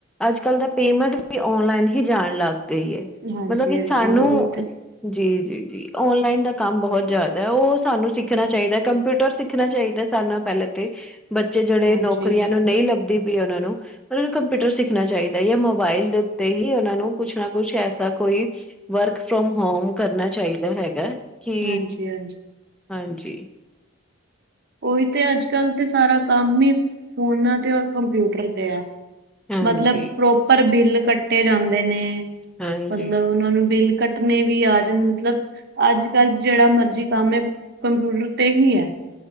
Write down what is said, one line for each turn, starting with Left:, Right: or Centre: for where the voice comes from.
Centre: ਅੱਜ-ਕੱਲ ਤਾਂ ਪੇਮੈਂਟ ਵੀ ਓਨਲਾਈਨ ਹੀ ਜਾਨ ਲੱਗ ਗਈ ਏ
Right: ਹਾਂਜੀ
Centre: ਮਤਲਬ ਕਿ
Right: ਹਾਂਜੀ
Centre: ਸਾਨੂੰ
Right: ਉਹੀ ਤੇ
Centre: ਜੀ-ਜੀ, ਜੀ ਓਨਲਾਈਨ ਦਾ ਕੰਮ ਬੋਹਤ ਜਾਦਾ ਓ ਸਾਨੂੰ ਸਿੱਖਨਾ ਚਾਈਦਾ, ਕੰਪਿਊਟਰ ਸਿੱਖਨਾ ਚਾਈਦਾ ਸਬ ਨਾਲੋਂ ਪੈਲੇ ਤੇ ਬੱਚੇ ਜੇੜੇ
Right: ਹਾਂਜੀ
Centre: ਨੌਕਰੀਆਂ ਨੂੰ, ਨਈਂ ਲੱਭਦੀ ਪਈ ਓਨਾਂ ਨੂੰ ਮਤਲ ਕੰਪਿਊਟਰ ਸਿੱਖਨਾ ਚਾਈਦੈ, ਯਾ ਮੋਬਾਈਲ ਦੇ ਉੱਤੇ ਹੀ ਓਨਾਂ ਨੂੰ ਕੁਛ ਨਾ ਕੁਛ ਐਸਾ ਕੋਈ ਵਰਕ ਫਰੋਮ ਹੋਮ ਕਰਨਾ ਚਾਈਦੈ ਹੈਗਾ। ਕਿ
Right: ਹਾਂਜੀ-ਹਾਂਜੀ।
Centre: ਹਾਂਜੀ।
Right: ਓਹੀ ਤੇ ਅੱਜ-ਕੱਲ ਤੇ ਸਾਰਾ ਕੰਮ ਈ ਫੋਨਾਂ ਤੇ ਔਰ ਕੰਪਿਊਟਰ ਤੇ ਐ।
Centre: ਹਾਂਜੀ
Right: ਮਤਲਬ ਪ੍ਰੋਪਰ ਬਿੱਲ ਕੱਟੇ ਜਾਂਦੇ ਨੇ,
Centre: ਹਾਂਜੀ
Right: ਮਤਲਬ ਓਨਾਂ ਨੂੰ ਬਿੱਲ ਕੱ ਨੇ ਵੀ ਆ ਜਾਨ ਮਤਲਬ ਅੱਜ-ਕੱਲ ਜੇੜਾ ਮਰਜੀ ਕੰਮ ਐ ਕੰਪਿਊਟਰ ਤੇ ਹੀ ਐ।